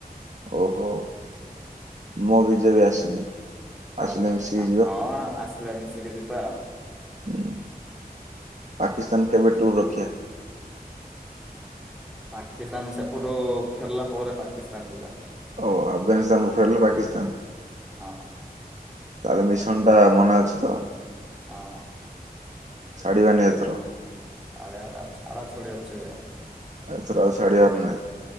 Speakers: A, on the right (about 45°); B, in the centre.
A: ଓହୋ ମୋ ବି ଭିଜାବି ଆସିନି।
B: ହଁ
A: ଆସିଲେ
B: ପରା
A: ମିଶିକି
B: ଆ
A: ଯିବା।
B: ହଁ ଆସିଲେ ମିଶିକି ଯିବା।
A: ହୁଁ। ପାକିସ୍ତାନ କେବେ ଟୁର୍ ରଖିବା?
B: ପାକିସ୍ତାନ ସେପଟୁ ଫେରିଲା ପରେ ପାକିସ୍ତାନ ଯିବା।
A: ଓ ଆଫଗାନିସ୍ତାନରୁ ଫେରିଲେ ପାକିସ୍ତାନ।
B: ହଁ।
A: ତାହେଲେ ମିଶନ୍ ଟା ମନେ ଅଛି ତ?
B: ହଁ।
A: ଛାଡ଼ିବାନି ଏଥର।
B: ଆରେ ଆ ଛାଡ଼ା ଛାଡ଼ି ଅଛିବା।
A: ଏଥର ଆଉ ଛାଡ଼ିବାର ନା